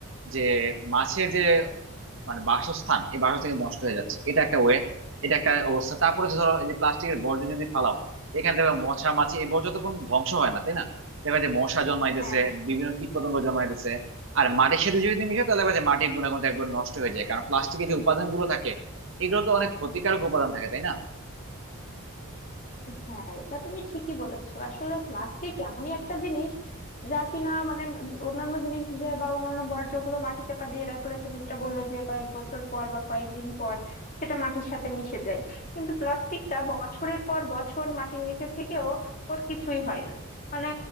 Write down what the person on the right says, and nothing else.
যে মাছের যে মানে বাসস্থান এই বাসস্থান কিন্তু নষ্ট হয়ে যাচ্ছে এটা একটা ওয়ে এটা একটা অবস্থা তারপরে যে ধরো এই যে প্লাস্টিকের বর্জ্য যদি ফালাও এখান থেকে মশা মাছি এই বর্জ্য তো কোনো ধ্বংস হয় না তাই না দেখা যায় মশা জন্মাইতেছে
বিভিন্ন কীট পতঙ্গ জন্মাইতেছে আর মাটির সাথে যদি মিশে তাহলে দেখা যায় মাটির গুণাগুণ তো একবার নষ্ট হয়ে যায় কারণ প্লাস্টিকের যে উপাদান গুলো থাকে এগুলো তো অনেক ক্ষতিকারক উপাদান থাকে তাই না